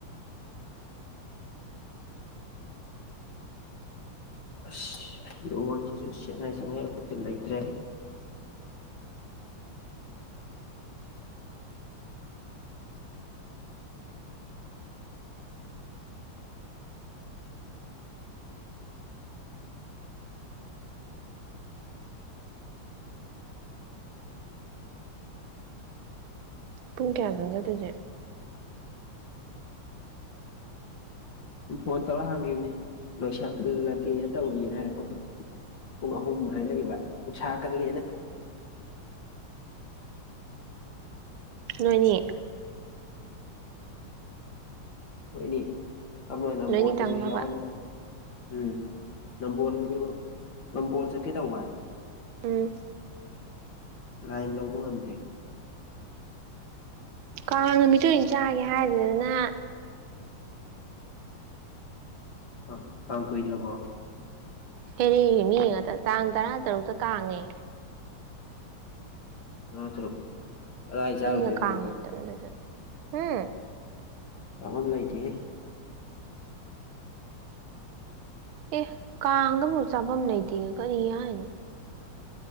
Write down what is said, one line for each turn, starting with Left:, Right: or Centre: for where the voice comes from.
Left: ꯑꯁ ꯐꯤꯔꯣꯟꯖꯤꯖꯨ ꯁꯦꯠꯉꯥꯏ ꯁꯦꯉꯥꯏ ꯑꯝꯇ ꯂꯩꯇ꯭ꯔꯦ
Right: ꯄꯨꯡ ꯀꯌꯥꯗꯅꯣ ꯖꯠꯇꯣꯏꯖꯦ
Left: ꯏꯝꯐꯣꯟ ꯇꯧꯔ ꯍꯥꯡꯒꯤꯝꯅꯤ ꯂꯣꯏꯁꯜꯂꯒꯦ ꯇꯧꯔꯤꯑꯅ ꯍꯥꯏꯔꯛꯄ ꯄꯨꯡ ꯑꯍꯨꯝ ꯍꯥꯏꯅꯒꯤꯕ ꯅꯨꯡꯁꯥ ꯀꯜꯂꯦꯅ
Right: ꯅꯣꯏꯅꯤ
Left: ꯍꯣꯏꯅꯤ ꯑꯃꯅ
Right: ꯅꯣꯏꯅꯤ
Left: ꯕꯣꯜꯒꯤꯗꯨꯁ
Right: ꯇꯪꯅꯕ
Left: ꯌꯥꯎꯍꯟ ꯎꯝ ꯅꯝꯕꯣꯜꯒꯤꯗꯨ ꯅꯝꯕꯣꯜ ꯆꯠꯀꯦ ꯇꯧꯕ
Right: ꯎꯝ
Left: ꯂꯥꯏꯟ ꯂꯧꯕ ꯉꯝꯗ꯭ꯔꯦ
Right: ꯀꯥꯡ ꯅꯨꯃꯤꯠꯇꯨ ꯑꯣꯏꯟ ꯆꯥꯒꯦ ꯍꯥꯏꯗꯗꯅ
Left: ꯑꯥ ꯀꯥꯡ ꯀꯨꯏꯗ꯭ꯔꯕꯣ
Right: ꯁꯦꯔꯦꯒꯤ ꯃꯤ ꯉꯥꯇ ꯇꯥꯡ ꯇꯔꯥꯇꯔꯨꯛꯇ ꯀꯥꯡꯅꯦ
Left: ꯇꯔꯥ ꯇꯔꯨꯛ ꯀꯗꯥꯏ ꯆꯥꯔꯨꯗꯣꯏꯕ
Right: ꯃꯤꯅ ꯀꯥꯡ
Left: ꯑꯩꯗꯤ
Right: ꯃꯇꯝꯗ ꯆꯠꯅꯩ ꯍꯨꯝ
Left: ꯄꯥꯕꯝ ꯂꯩꯇꯦꯍꯦ
Right: ꯑꯦ ꯀꯥꯡꯗꯕꯨ ꯆꯥꯕꯝ ꯂꯩꯇꯦ ꯀꯔꯤ ꯍꯥꯏꯅꯣ